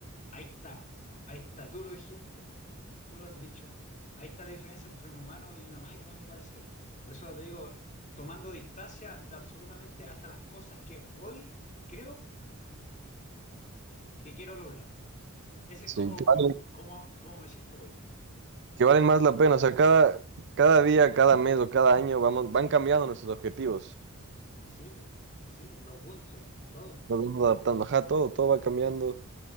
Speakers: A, on the left; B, on the right.
A: Ahí está, ahí está, tú lo dijiste, tú lo has dicho. Ahí está la diferencia entre un humano y una máquina, a mi parecer. Por eso te digo, tomando distancia de absolutamente hasta las cosas que hoy creo que quiero lograr. Ese
B: Sí,
A: es como,
B: que
A: co-
B: valen,
A: como, como me siento hoy.
B: que valen más la pena. O sea, cada, cada día, cada mes o cada año vamos, van cambiando nuestros objetivos.
A: Sí, pues, sí, los gustos, todo.
B: Nos vamos adaptando. Ajá, todo, todo va cambiando.